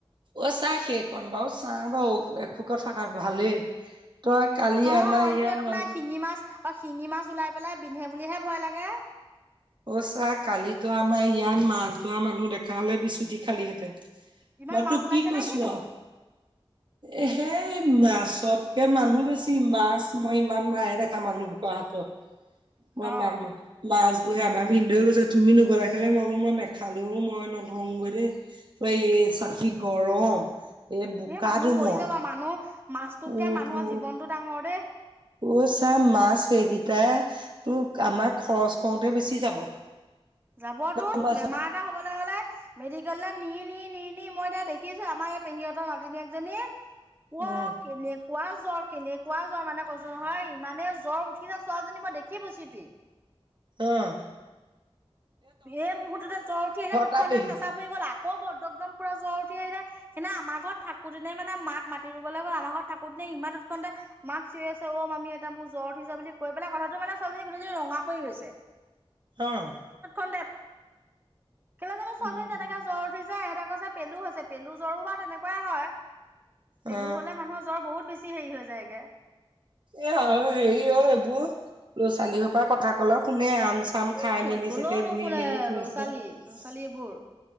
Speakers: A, on the right (about 50°); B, on the right (about 20°).
A: অ', চা সেইকণ বাৰু চা বাৰু এখোক থাকা ভালেই। তই
B: উম,
A: কালি
B: নহয়
A: আমাৰ
B: অইনটো
A: ইয়াত
B: একো
A: মানুহ
B: নাই, শিঙি মাছ হয়ো শিঙি মাছ ওলাই পেলাই বিন্ধে বুলিহে ভয় লাগে।
A: অ', চা কালিতো আমাৰ ইয়াত মাছ ধৰা মানুহ দেখা হালে বিচুটি খালিহেঁতেন।
B: ইমান
A: মই
B: মাছ
A: তোক
B: ওলাইছে
A: কি কৈছো
B: নে কিনো?
A: এ সেই মাছতকে মানুহ বেছি, মাছ মই ইমান নাহে দেখা মানুহ বোকৰ হাতত। কম
B: অ
A: মানুহ মাছ টোহে আমাৰ ভিন্ধৈ গৈছে তুমি নগলা কেলে মই বোলো মই নেখালো মই নধংগৈ দেই, তই এ চা কি গৰম। এই বোকা
B: এ মানুহ
A: দোমত
B: মৰি যাবা মানুহ মাছটোতকে
A: উ
B: মানুহৰ
A: বু
B: জীৱনটো ডাঙৰ দেই
A: অ', চা মাছ সেইকিটাই তোক আমাক খৰচ কৰোঁতে বেছি যাব। <inaudible>
B: যাবটোন
A: গম পাইছ
B: বেমাৰ এটা হ'বলৈ হ'লে মেডিকেললৈ নি, নি, নি, নি, মই এতিয়া দেখিছোঁ আমাৰ এই পেহীহঁতৰ মাজিনীকজনীয়ে এঅ',
A: উম
B: কেনেকুৱা জ্বৰ, কেনেকুৱা জ্বৰ মানে কৈছো নহয় ইমানে জ্বৰ উঠিছে ছোৱালীজনীৰ মই দেখি <unintelligible>
A: অহ।
B: এ মুহূৰ্ততে জ্বৰ উঠি আহিল তৎক্ষণাতে
A: তাৰ পেহী
B: চেঁচা পৰি গ'ল আ ক বদ্ৰকদম পূৰা জ্বৰ উঠি আহিলে সিনে আমাৰ ঘৰত থাকোতেনে মানে মাক মাতি ৰুবলৈ গল আমাৰ ঘৰত থাকোতেনে ইমান উৎকণ্ড মাক চুই আছে অ মামি এটা মোৰ জ্ব উঠিা বুলি কৈ পেলাই কথাটো মানে ছোৱালীজনী গোটেইজনী ৰঙা পৰি গৈছে।
A: অহ ',
B: ভ কোৱালনে
A: উম
B: জৰ উঠি <unintelligible> যে এহঁতে কৈছে পেলু হৈছে পেলু জ্বৰো বাৰ তেনেকুৱাই হয়। পেলু
A: অ
B: হ'লে মানুহৰ জ্বৰ বহুত বেছি হেৰি হৈ যায়গে।
A: এ, অ', হেৰি অ', এইবোৰ ল'ৰা, ছোৱালী সোপাই কথা ক'লে শুন মানে আম, চাম
B: এই
A: খাই
B: মৰিবলৈও
A: মেলি চাগে
B: নুশুনে
A: ঘূৰি, মেলি ফুৰিছে।
B: ল'ৰা ছোৱালী
A: অই,
B: ল'ৰা ছোৱালী এইবোৰ।